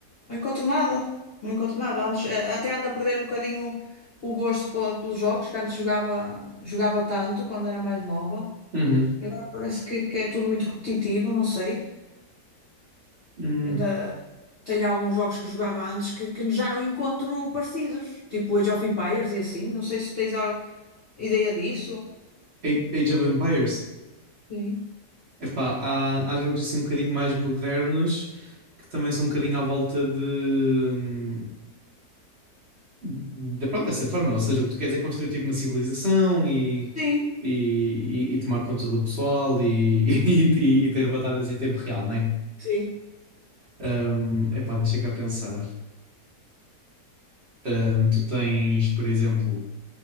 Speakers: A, on the left; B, on the right.
A: Não encontro nada. Não encontro nada. Antes, eh, até ando a perder um bocadinho o gosto pela- pelos jogos, que antes jogava, jogava tanto quando era mais nova.
B: Uhum.
A: E agora parece que, que é tudo muito repetitivo, não sei.
B: Hum,
A: Ainda tenho alguns jogos que jogava antes que, que já não encontro parecidos, tipo Age of Empires e assim. Não sei se tens algo. Ideia disso?
B: Age Age of Empires?
A: Sim,
B: Epá, há, há jogos assim um bocadinho mais modernos que também são um bocadinho à volta de, hum, de pronto, dessa forma. Ou seja, o que tu queres é construir tipo uma civilização e,
A: Sim.
B: e, e- e tomar conta do pessoal e, <laughs> e, e- ter batalhas em tempo real, não é?
A: sim.
B: Hum, epá, deixa cá pensar. Hum, tu tens, por exemplo.